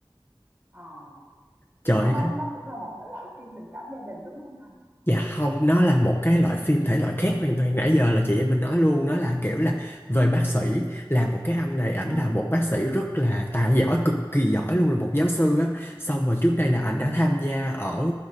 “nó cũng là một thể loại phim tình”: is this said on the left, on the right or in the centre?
Right